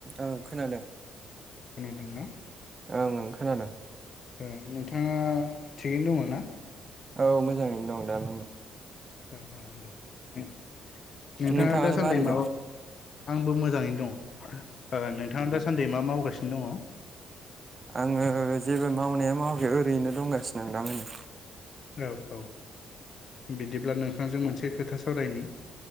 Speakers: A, on the right (about 35°); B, on the left (about 50°).
A: आं
B: औ
A: खोनादों।
B: खोनादोंना?
A: ओं ओं खोनादों।
B: ए नोंथाङा थिगैनो दङ ना?
A: औ मोजाङैनो दं दा मानि।
B: ओं ओं दे <inaudible> नोंथाङा
A: नोंथाङालाय
B: दासानदै
A: मारै
B: मा
A: दङ?
B: आंबो मोजाङैनो दङ ओ नोंथाङा दासानदै मा मावगासि नो दङ?
A: आङो जेबो मावनाया मावाखै ओरैनो दंगासिनो दं दा मानि।
B: औ औ बिदिब्ला नोंथांजों मोनसे खोथा सावरायनि